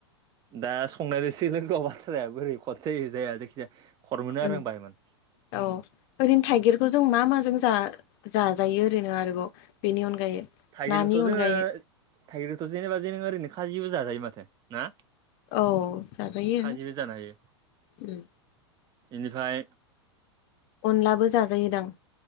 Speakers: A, on the right; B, on the left.
A: दा संनायनोसै लोगौ बाथ्राया बोरै खद जायो जाया जायखिजाया खर मोनो
B: उम
A: आरो आं बायमोन।
B: औ ओरैनो थाइगिरखौ जों मा माजों जा जाजायो ओरैनो आरोबाव बेनि अनगायै।
A: थाइगिरखौथ
B: नानि
A: जोंङो
B: अनगायै
A: थाइगिरखौथ' जेनेबा जों ओरैनो खाजिबो जाजायो माथो ना।
B: औ जाजायो
A: खाजिबो जानो हायो।
B: उम
A: एनिफाय
B: अनलाबो जाजायो दां।